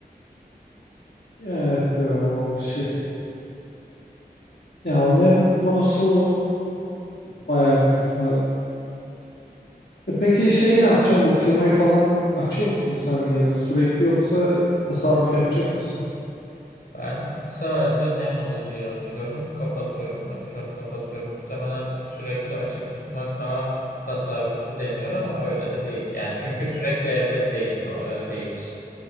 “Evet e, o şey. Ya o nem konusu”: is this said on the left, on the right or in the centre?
Left